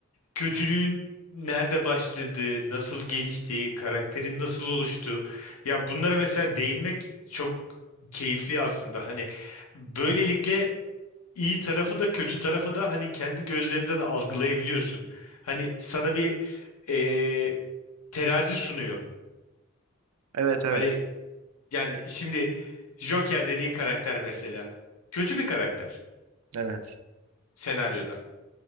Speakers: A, on the left; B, on the right.
A: kötülüğün nerede başladığı, nasıl geliştiği, karakterin nasıl oluştuğu. Ya bunlara mesela değinmek çok keyifli aslında. Hani böylelikle iyi tarafı da kötü tarafı da hani kendi gözlerinden algılayabiliyorsun. Hani sana bir eee, terazi sunuyor.
B: Evet evet.
A: Hani yani şimdi Joker dediğin karakter mesela kötü bir karakter
B: Evet.
A: senaryoda.